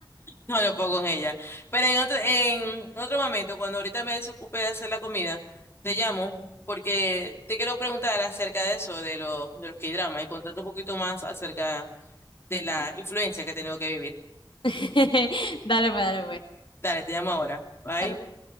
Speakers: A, on the left; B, on the left.
A: No, no puedo con ella. Pero en otro, en otro momento, cuando ahorita me desocupe de hacer la comida, te llamo porque te quiero preguntar acerca de eso, de los, de los K-dramas y contarte un poquito más acerca de la influencia que he tenido que vivir.
B: <laughs> Dale pues, dale pues,
A: Dale, te llamo ahora. Bye.
B: dale pues.